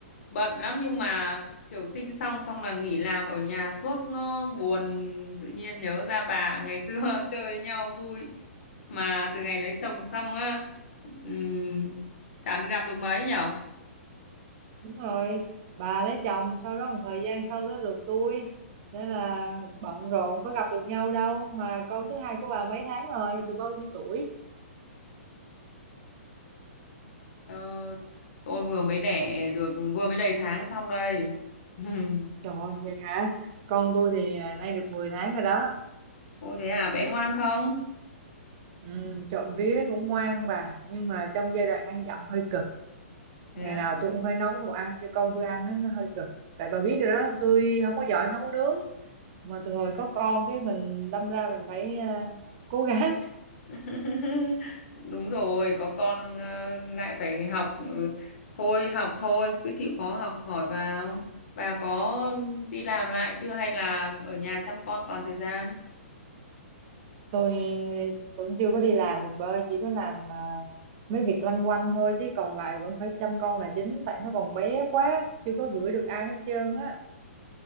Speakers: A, on the left; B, on the right.
A: bận lắm nhưng mà kiểu sinh xong xong là nghỉ làm ở nhà suốt nó buồn, tự nhiên nhớ ra bà ngày xưa <laughs> chơi với nhau vui. Mà từ ngày lấy chồng xong á, ừm, chả được gặp được mấy nhở?
B: Đúng rồi, bà lấy chồng sau đó một thời gian sau tới lượt tôi. Nên là bận rộn có gặp được nhau đâu. Mà con thứ hai của bà mấy tháng rồi, được bao nhiêu tuổi?
A: Ờ, tôi vừa mới đẻ được, vừa mới đầy tháng xong đây. <laughs>
B: Trời ơi, vậy hả? Con tôi thì à, nay được 10 tháng rồi đó.
A: Ôi thế à, bé ngoan không?
B: Ừ, trộm vía cũng ngoan bà. Nhưng mà trong giai đoạn ăn dặm hơi cực.
A: thế
B: ngày
A: à?
B: nào tôi cũng phải nấu đồ ăn cho con tôi ăn đó, nó hơi cực tại bà biết rồi đó tôi không có giỏi nấu nướng mà từ hồi có con cái mình đâm ra mình phải ờ, cố gắng
A: <laughs> Đúng rồi, có con ờ, lại phải học ừ, thôi học thôi, cứ chịu khó học hỏi vào. Bà có đi làm lại chưa hay là ở nhà chăm con toàn thời gian?
B: <laughs> tôi vẫn chưa có đi làm được bơi chỉ có làm ờ, mấy việc loanh quanh thôi chứ còn lại vẫn phải chăm con là chính tại nó còn bé quá chưa có gửi được ai hết trơn á